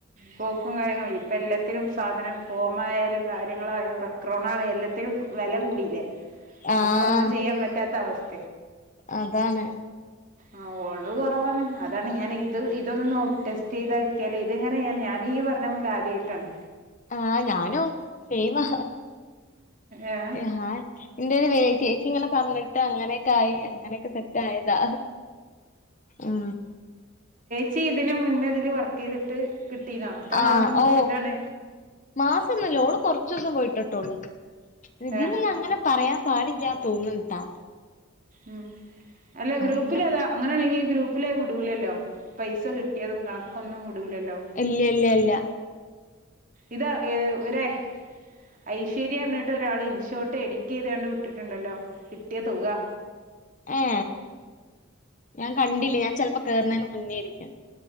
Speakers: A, on the right; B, on the left.
A: പോ ക്കും കാര്യങ്ങളും ഇപ്പം എല്ലാത്തിലും സാധനം ഫോമായാലും കാര്യങ്ങളായും റക്രോണാ എല്ലാത്തിനും വെല കൂടിയില്ലേ?
B: ആഹ്
A: അമുക്കൊന്നും ചെയ്യാൻ പറ്റാത്ത അവസ്
B: അതാണ്
A: ആ ഓഡറ് കൊറവാണ് അതാണ് ഞാൻ ഇത് ഇതൊന്ന് നോ ടെസ്റ്റ് ചെയ്താകിട്ടിയാല് ഇതിങ്ങനെ ഞാന് ഈ പറഞ്ഞ പോലാദ്യായിട്ടാണ്.
B: ആ ഞാനും സെയിമാ
A: ഏ
B: <unintelligible> ചേച്ചിങ്ങനെ പറഞ്ഞിട്ട് അങ്ങനെക്കായി അങ്ങനെക്കെ സെ ദായതാ. ആ
A: ച്ചി ഇതിന് മുന്നേതില് വർക്ക് ചെയ്തിട്ട് കിട്ടീനോ? ത്ര
B: ആഹ്
A: മാസം പിടിച്ചിട്ടാണ്?
B: ഓ മാസൊന്നുല്ല. ഓള് കൊറച്ചൂസം പോയിട്ടിട്ടൊള്ളൂ. ഇതില്
A: ഏ
B: അങ്ങനെ പറയാ പാടില്ല്യാ തോന്നുന്നുട്ട.
A: ഉം. അല്ല ഗ്രൂപ്പില്
B: അങ്ങനെ
A: അതാ അങ്ങനാണെങ്കി ഗ്രൂപ്പ് ഗ്രൂപ്പില് വിടൂല്ലല്ലോ? പൈസ കിട്ടിയതും കണക്കൊന്നും വിടൂലല്ലോ
B: ഇല്ല്യല്ലല്ല
A: ഇത് ഏ ഒരെ ഐശ്വര്യറഞ്ഞിട്ട് ഒരാള് ഇൻഷോട്ട് എഡിറ്റ് ചെയ്താണ്ട് വിട്ടിട്ടുണ്ടല്ലോ കിട്ടിയ തുക.
B: ആ ഞാൻ കണ്ടില്ല ഞാൻ ചിലപ്പോ കേറുന്നതിന് മുന്നേയായിരിക്കാം.